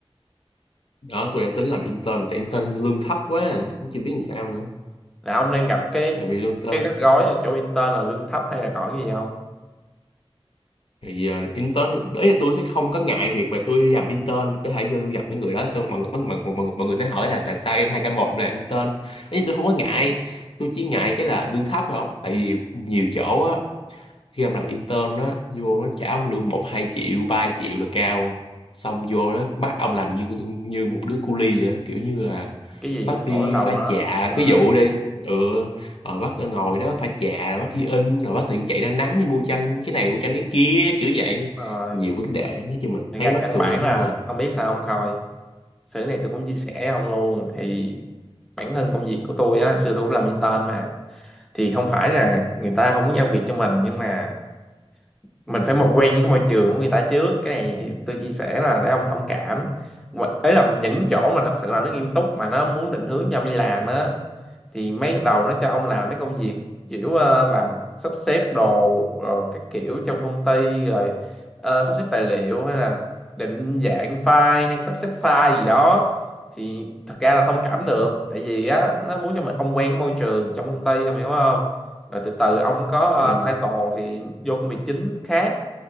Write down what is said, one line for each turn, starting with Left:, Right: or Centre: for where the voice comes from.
Left: đó tôi đang tính làm intern mà tại intern lương thấp quá tôi cũng chưa biết làm sao nữa
Centre: là ông đang gặp cái
Left: tại vì lương intern
Centre: cái rắc rối ở chỗ intern là lương thấp hay là còn cái gì không
Left: thì ờ, intern đấy là tôi sẽ không có ngại việc mà tôi đi làm intern có thể vô tôi gặp mấy người đó xong mọi người mọi, mọi, mọi, mọi người sẽ hỏi là tại sao em hai k một làm intern ấy tôi không có ngại tôi chỉ ngại cái là lương thấp thôi không tại vì nhiều chỗ á khi em làm intern á vô nó trả ông lương một hai triệu ba triệu là cao xong vô đó bắt ông làm như như một đứa cu li vậy á. kiểu như là
Centre: cái gì
Left: bác
Centre: cũng
Left: đi
Centre: đổ đến đầu
Left: pha
Centre: hết
Left: chạ
Centre: Đúng rồi
Left: ví dụ đi ừ rồi bác ngồi đó pha chạ rồi bác đi in rồi bác tự nhiên chạy ra nắng đi mua chanh cái này mua chanh cái kia kiểu vậy
Centre: Đúng rồi
Left: nhiều vấn đề lắm nói chung là
Centre: Thật
Left: thấy
Centre: ra
Left: mắc
Centre: căn
Left: cười
Centre: bản
Left: lắm
Centre: là
Left: ông ơi
Centre: ông biết sao không Khôi sự này tôi cũng chia sẻ với ông luôn thì bản thân công việc của tôi á hồi xưa tôi cũng làm intern mà thì không phải là người ta không muốn giao việc cho mình nhưng mà mình phải một quen với cái môi trường của người ta trước cái này tôi chia sẻ là để ông thông cảm Mà- ấy là những chỗ mà thật sự là nó nghiêm túc mà nó muốn định hướng cho ông đi làm á thì mấy đầu nó cho ông làm mấy công việc kiểu ờ, làm sắp xếp đồ rồi các kiểu trong công ty rồi ờ, sắp xếp tài liệu hay là định dạng file hay sắp xếp file gì đó thì thật ra là thông cảm được tại vì á nó muốn cho mình ông quen cái môi trường trong công ty ông hiểu không rồi từ từ ông có
Left: ừ.
Centre: ờ, title thì vô công việc chính khác